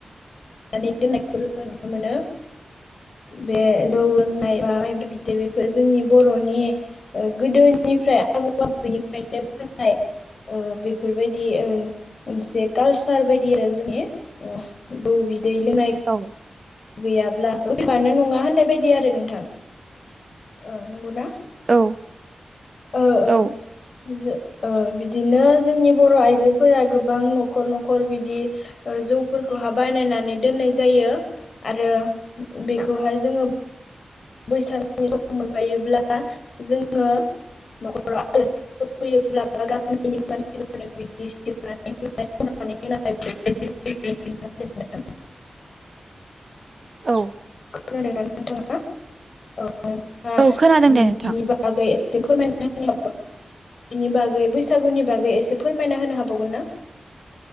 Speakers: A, on the left (about 70°); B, on the right (about 45°).
A: नानै दोननायखौ जोङो नुनो मोनो बे जौ लोंनाय बा माइब्रा बिदै बेफोर जोंनि बर'नि गो गोदोनिफ्राय आबौ आबौनिफ्रायनो मोननाय बेफोरबायदि मोनसे कालसार बायदि आरो जोंनि जौ बिदै लोंनाय
B: औ
A: गैयाब्लाबानो नङा होननाय बायदि आरो नोंथां ओ नंगौना
B: औ
A: ओ ओ
B: औ
A: बिदिनो जोंनि बर' आइजोफोरा गोबां न'खर न'खर बिदि ओ जौफोरखौहाय बानायनानै दोननाय जायो आरो बेखौहाय जोङो बैसागोनि सम मोनफैयोब्ला जोङो न'खराव आलासिफोर फैयोब्लाा गामिनि मानसिफोरनो बिदि सिरनानै होनाय <unintelligible>
B: औ
A: खोनादोंनानै नोंथाङा नोंथाङा
B: औ खोनादों दे नोंथां।
A: बिनि बागै एसे फोरमायना होनोबा बेनि बागै बैसागुनि बागै एसे फोरमायना होनो हाबावगोन ना